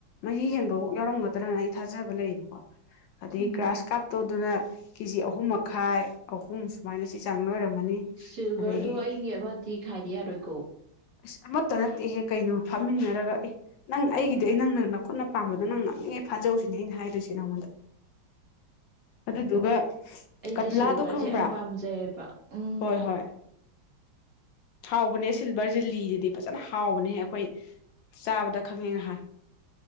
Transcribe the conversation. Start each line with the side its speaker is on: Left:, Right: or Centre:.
Left: ꯃꯍꯤ ꯍꯦꯟꯕꯐꯥꯎ ꯌꯥꯎꯔꯝꯒꯗ꯭ꯔꯅ ꯑꯩ ꯊꯥꯖꯕ ꯂꯩꯌꯦꯕꯀꯣ ꯑꯗꯩ
Right: ꯎꯝ
Left: ꯒ꯭ꯔꯥꯁ ꯀꯥꯞꯇꯣ ꯑꯗꯨꯅ ꯀꯦ ꯖꯤ ꯑꯍꯨꯝ ꯃꯈꯥꯏ ꯑꯍꯨꯝ ꯁꯨꯃꯥꯏꯅ ꯆꯦ ꯆꯥꯡ ꯂꯣꯏꯔꯝꯃꯅꯤ
Right: ꯁꯤꯜꯚꯔꯗꯣ
Left: ꯑꯗꯒꯤ
Right: ꯑꯩꯒꯤ ꯑꯃꯗꯤ ꯈꯥꯏꯗꯤ ꯌꯥꯔꯣꯏꯀꯣ
Left: ꯑꯁ ꯑꯃꯠꯇ ꯅꯠꯇꯦꯍꯦ ꯀꯩꯅꯣ ꯐꯝꯃꯤꯟꯅꯔꯒ ꯑꯦ ꯅꯪ ꯑꯩꯒꯤꯗꯤ ꯑꯩ ꯅꯪꯅ ꯈꯨꯠꯅ ꯄꯥꯝꯕꯗꯣ ꯅꯪ ꯉꯝꯅꯤꯡꯉꯦ ꯐꯥꯖꯧꯁꯤꯅꯦ ꯑꯩꯅ ꯍꯥꯏꯗꯣꯏꯁꯦ ꯅꯪꯉꯣꯟꯗ ꯑꯗꯨꯗꯨꯒ
Right: ꯑꯩꯗꯤ
Left: ꯀꯠꯂꯥꯗꯣ
Right: ꯁꯤꯜꯚꯔꯁꯦ
Left: ꯈꯪꯕ꯭ꯔꯥ
Right: ꯌꯥꯝ ꯄꯥꯝꯖꯩꯌꯦꯕ ꯎꯝ
Left: ꯍꯣꯏ ꯍꯣꯏ ꯍꯥꯎꯕꯅꯦ ꯁꯤꯜꯚꯔ ꯖꯤꯜꯂꯤꯁꯤꯗꯤ ꯐꯖꯅ ꯍꯥꯎꯕꯅꯦ ꯑꯩꯈꯣꯏ ꯆꯥꯕꯗ ꯈꯪꯉꯦ ꯉꯍꯥꯟ